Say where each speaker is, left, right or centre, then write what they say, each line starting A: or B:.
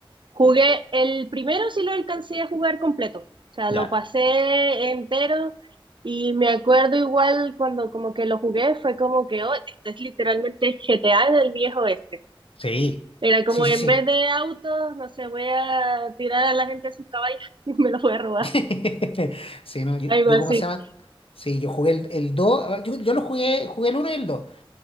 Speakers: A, on the right (about 60°); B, on the left (about 75°).
A: Jugué, el primero sí lo alcancé a jugar completo, o sea,
B: Ya.
A: lo pasé entero y me acuerdo igual cuando como que lo jugué, fue como que, oh, esto es literalmente GTA en el viejo oeste
B: Sí.
A: Era como
B: Sí, sí,
A: en
B: sí.
A: vez de autos, no sé, voy a tirar a la gente a sus caballos <laughs> y me los voy a robar,
B: <laughs> Sí, no, yo,
A: algo
B: yo,
A: así.
B: ¿cómo se llama? Sí, yo jugué el, el 2, ah, yo, yo lo jugué, jugué el uno y el 2,